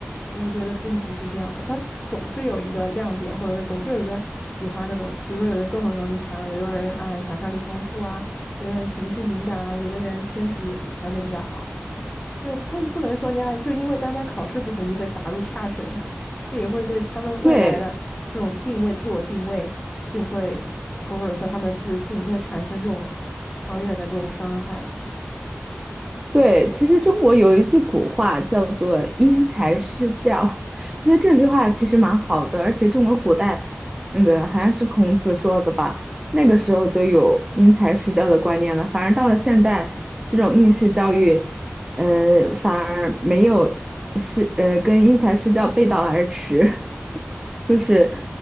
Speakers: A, on the left; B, on the right.
A: 嗯我觉得并不是这样的，他总是有一个亮点，或者是总是有一个喜欢的东西。比如说，有的人动手能力强，有的人哎想象力丰富啊。有的人情绪敏感啊，有的人身体也比条件比较好，就不不能说你啊，就因为单单考试不行就被打入差生，<laughs> 这也会对他们未来的这种定位、
B: 对。
A: 自我定位，就会或者说他们的自信就会产生这种长远的这种伤害。
B: 对，其实中国有一句古话叫做“因材施教”，那这句话其实蛮好的，而且中国古代那个好像是孔子说的吧，那个时候就有因材施教的观念了。反而到了现代，这种应试教育，呃，反而没有是呃跟因材施教背道而驰，<laughs> 就是